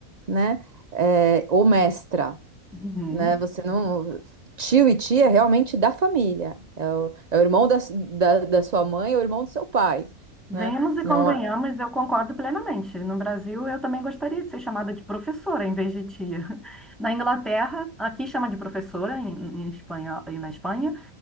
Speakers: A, on the right; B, in the centre.
A: né, é, ou mestra,
B: Uhum.
A: né? Você não. Tio e tia é realmente da família. É o, é o irmão da, da, da sua mãe, é o irmão do seu pai,
B: Venhamos
A: né?
B: e
A: Não,
B: convenhamos,
A: é-
B: eu concordo plenamente. No Brasil, eu também gostaria de ser chamada de professora em vez de tia. <laughs> Na Inglaterra, aqui chama de professora em, em espanhol, e na Espanha,